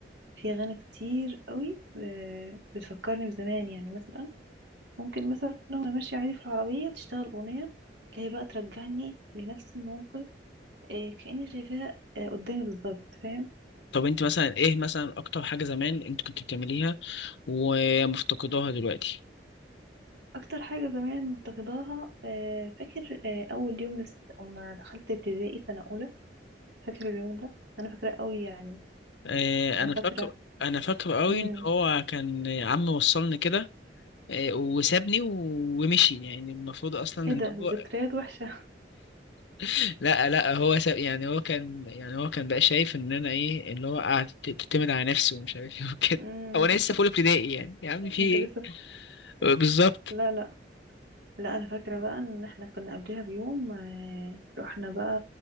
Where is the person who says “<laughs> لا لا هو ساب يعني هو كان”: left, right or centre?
Left